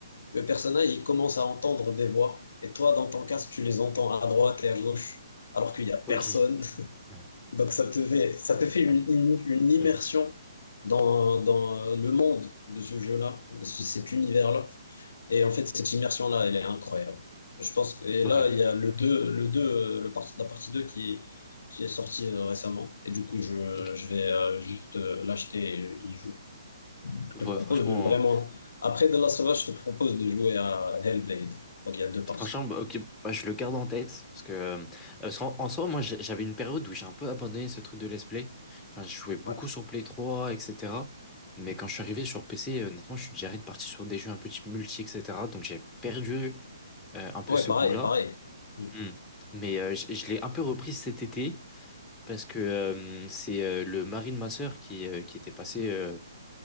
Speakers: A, on the left; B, in the centre.
A: le personnage il commence à entendre des voix, et toi dans ton casque tu les entends à droite et à gauche, alors qu'il y a personne.
B: Ok, ouais,
A: Donc ça te fait, ça te fait une,
B: ouais,
A: une- une immersion
B: immersion.
A: dans, dans le monde de ce jeu-là, de ce- cet univers-là. Et en fait, cette immersion-là, elle est incroyable. Je pense, et
B: Ouais,
A: là, il y a le 2 le 2 euh, le part- la partie 2 qui est, qui est sortie euh, récemment. Et du coup, je,
B: ok.
A: je vais euh, juste euh, l'acheter et y jouer. Je
B: Ouais,
A: te propose
B: franchement,
A: de vraiment, après The Last of Us, je te propose de jouer à Hellblade. Donc il y a deux parties.
B: franchement, bah, ok, bah, je le garde en tête parce que, euh, parce qu'en en soi, moi, j'ai- j'avais une période où j'ai un peu abandonné ce truc de let's play. Enfin, je jouais beaucoup
A: Ouais,
B: sur Play 3, etc. Mais quand je suis arrivé sur PC, euh, honnêtement, je suis déjà reparti sur des jeux un peu type multi, etc. Donc, j'ai perdu euh, un peu
A: ouais
B: ce
A: pareil,
B: goût-là.
A: pareil. Hmm.
B: Hmm. Mais euh, je, je l'ai un peu repris cet été parce que euh, c'est euh, le mari de ma sœur qui, euh, qui était passé. euh,